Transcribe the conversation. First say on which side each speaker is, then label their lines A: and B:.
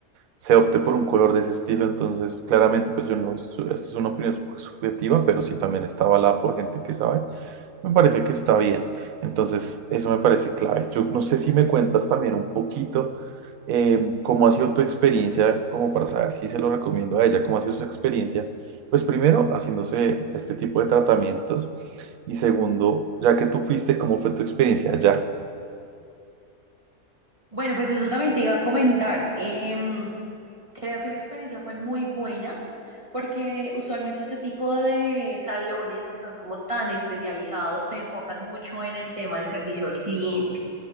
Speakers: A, on the right; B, on the right.
A: se opte por un color de ese estilo. Entonces claramente pues yo no, su- esto es una opinión subjetiva, pero sí también está avalada por gente que sabe. Me parece que está bien. Entonces eso me parece clave. Yo no sé si me cuentas también un poquito em, ¿cómo ha sido tu experiencia? Como para saber si se lo recomiendo a ella, ¿cómo ha sido su experiencia? Pues primero, haciéndose este tipo de tratamientos y segundo, ya que tú fuiste, ¿cómo fue tu experiencia allá?
B: Bueno, pues eso también te iba a comentar. Em, Creo que mi experiencia fue muy buena porque usualmente este tipo de salones que son como tan especializados se enfocan mucho en el tema del servicio al cliente,